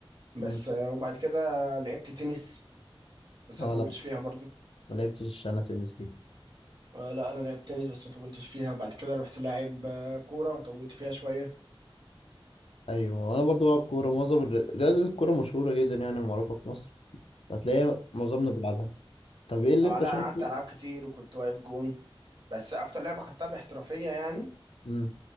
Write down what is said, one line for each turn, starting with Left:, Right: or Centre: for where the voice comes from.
Right: بس
Left: مم.
Right: آه، وبعد كده لعبت تنس بس
Left: اه
Right: ما طولتش
Left: لا
Right: فيها برضو
Left: ما لعبتش انا تنس دي
Right: آه، لا انا لعبت تنس بس طولتش فيها بعد كده رحت لاعب آه، كوره طولت فيها شويه
Left: ايوه انا برضو بلعب كوره معظم الر- رياضه الكوره مشهوره جدا يعني معروفه في مصر هتلاقي معظمنا بيلعبها طب ايه اللي
Right: اه
Left: انت
Right: لا
Left: شايفه
Right: انا قعدت العاب كتير وكنت واقف جون بس اكتر لعبه خدتها باحترافيه يعني
Left: امم